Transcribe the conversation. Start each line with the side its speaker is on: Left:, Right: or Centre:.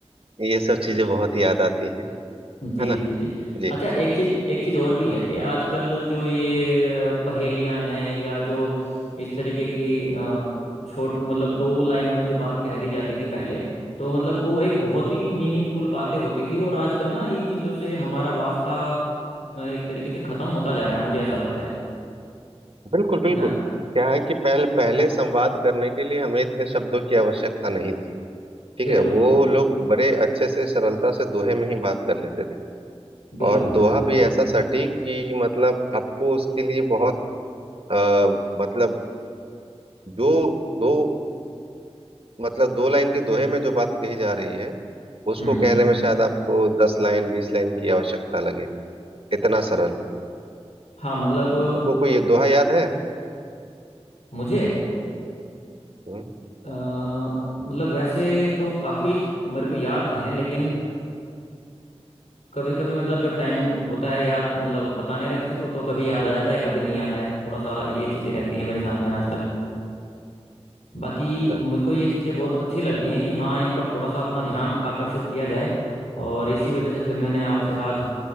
Right: ये सब चीजें बहुत याद आती हैं
Left: जी
Right: है ना
Left: जी जी
Right: जी
Left: अच्छा एक चीज एक चीज और भी है कि आजकल जो ये अ, पहेलियां हैं या जो इस तरीके की अ, छोट मतलब दो लाइनों में जो बात कह दी जाती थी पहले तो मतलब वो एक बहुत
Right: हम्म।
Left: ही मीनिंगफुल बातें होती थी और आजकल ना इन चीजों से हमारा वास्ता अ, एक तरीके से खत्म होता जा रहा है मुझे
Right: हम्म।
Left: ऐसा लगता है
Right: बिल्कुल बिल्कुल
Left: है ना
Right: क्या है कि पहले पहले संवाद करने के लिए हमें इतने शब्दों की आवश्यकता नहीं थी ठीक
Left: बिल्कुल
Right: है वो लोग बड़े अच्छे से सरलता से दोहे में ही बात कर लेते
Left: बिल्कुल
Right: और दोहा
Left: बिल्कुल बिल्कुल
Right: भी ऐसा सटीक कि मतलब आपको उसके लिए बहुत अ, मतलब जो दो मतलब दो लाइन के दोहे में जो बात कही जा रही है उसको
Left: हम्म
Right: कहने
Left: हम्म
Right: में शायद आपको दस लाइन बीस लाइन की आवश्यकता लगे इतना सरल
Left: हाँ मतलब
Right: आपको कोई ये दोहा याद है
Left: मुझे
Right: हम्म
Left: अ, मतलब वैसे तो काफी मेरे को याद है लेकिन कभी कभी मतलब जब टाइम होता है याद मतलब बताने का किसी को तो कभी याद आ जाता है कभी नहीं आता है थोड़ा सा ये चीज़ें रहती हैं मेरे साथ में आजकल बाकी
Right: हाँ।
Left: मुझको ये चीज़ें बहुत अच्छी लगती हैं कि हाँ इन पर थोड़ा सा अपना ध्यान आकर्षित किया जाए और इसी वजह से फिर मैंने आपसे आज